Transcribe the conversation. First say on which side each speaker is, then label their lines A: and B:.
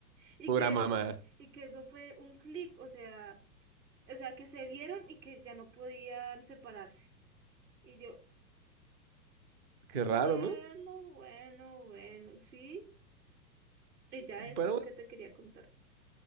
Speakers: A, on the right; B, on the right.
A: Y
B: Pura
A: que
B: mamá.
A: eso fue, y que eso fue un clic, o sea, o sea, que se vieron y que ya no podían separarse. Y yo,
B: Qué
A: bueno,
B: raro, ¿no?
A: bueno, bueno, sí. Y ya eso
B: Pero
A: es lo
B: bueno,
A: que te quería contar.